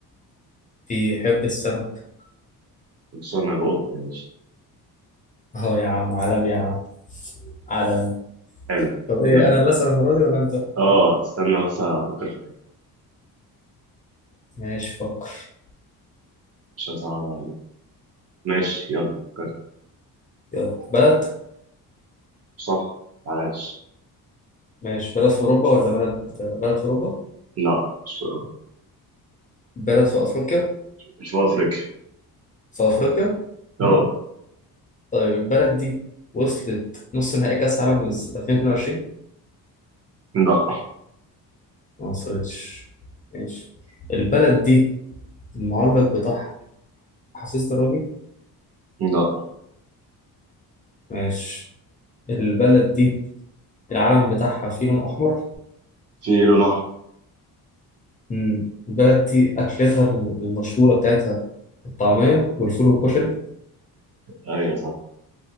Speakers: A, on the left; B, on the right.
A: بيحب السمك
B: بص انا بقط ماشي
A: اهو يا عم عالم يا عم عالم
B: حلو
A: طب ايه
B: يلا
A: انا اللي اسال المره دي ولا انت
B: اه استنى بس افكر في حاجة
A: ماشي فكر
B: مش هصعب عليك ماشي يلا فكرت
A: يلا بلد
B: صح عاش
A: ماشي بلد في اوروبا ولا بلد بلد في اوروبا
B: لا مش في أوروبا.
A: بلد في افريقيا
B: مش في افريقيا
A: في افريقيا
B: اه
A: طيب البلد دي وصلت نص نهائي كاس عالم 2022
B: لا
A: ما وصلتش ماشي البلد دي المعلق بتاعها حافظ دراجي
B: لا
A: ماشي البلد دي العلم بتاعها فيه لون أحمر
B: في لون احمر
A: مم. البلد دي أكلتها الم- المشهورة بتاعتها الطعمية والفول والكشري
B: ايوه صح